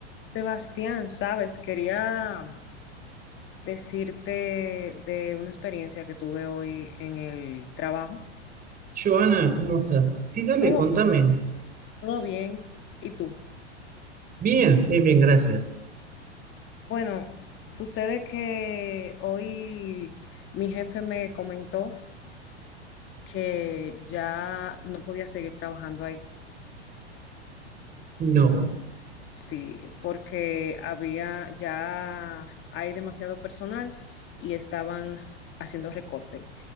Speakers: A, on the left; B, on the right.
A: Sebastián, sabes, quería decirte de una experiencia que tuve hoy en el trabajo.
B: Joana, ¿cómo estás? Sí, dale,
A: Todo,
B: contame.
A: todo bien. ¿Y tú?
B: Bien, bien, bien, gracias.
A: Bueno, sucede que hoy mi jefe me comentó que ya no podía seguir trabajando ahí.
B: No,
A: Sí, porque había, ya hay demasiado personal y estaban haciendo recorte.